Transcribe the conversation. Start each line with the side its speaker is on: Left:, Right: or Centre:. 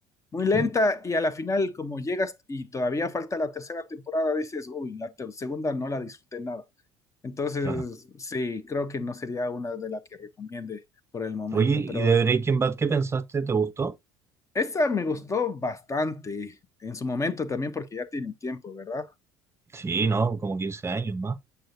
Left: Muy lenta
Right: Eh,
Left: y a la final como llegas y todavía falta la tercera temporada, dices, uy, la ter- segunda no la disfruté nada. Entonces,
Right: Claro.
Left: sí, creo que no sería una de las que recomiende por el momento,
Right: Oye, ¿y
Left: pero
Right: de Breaking Bad qué pensaste? ¿Te gustó?
Left: esa me gustó bastante en su momento también porque ya tiene tiempo, ¿verdad?
Right: Sí, ¿no? Como 15 años más.